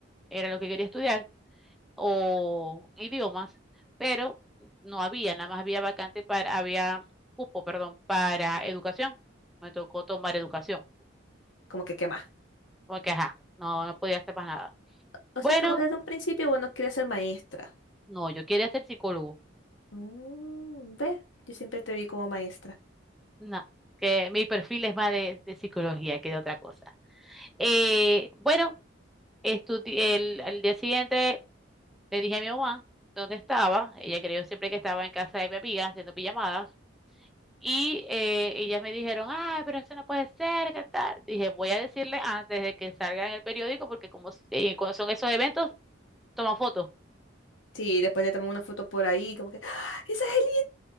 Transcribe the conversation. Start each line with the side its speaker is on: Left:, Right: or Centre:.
Centre: era lo que quería estudiar, o idiomas, pero no había, nada más había vacante para, había cupo, perdón, para educación. Me tocó tomar educación,
Left: Como que qué más.
Centre: porque ajá, no, no podía hacer más nada.
Left: O
Centre: Bueno,
Left: sea que vos desde un principio vos no querías ser maestra.
Centre: No, yo quería ser psicólogo.
Left: Mm, ¿ves? Yo siempre te vi como maestra.
Centre: No, que mi perfil es más de, de psicología que de otra cosa. Eh, bueno, estudi- el, al día siguiente le dije a mi mamá dónde estaba. Ella creyó siempre que estaba en casa de mi amiga haciendo pijamadas. Y eh, ellas me dijeron, ay, pero eso no puede ser, ¿qué tal? Dije, voy a decirle antes de que salga en el periódico, porque como eh, cuando son esos eventos, toman fotos.
Left: Sí, después te tomé una foto por ahí, como que, ¡Ah! ¡Esa es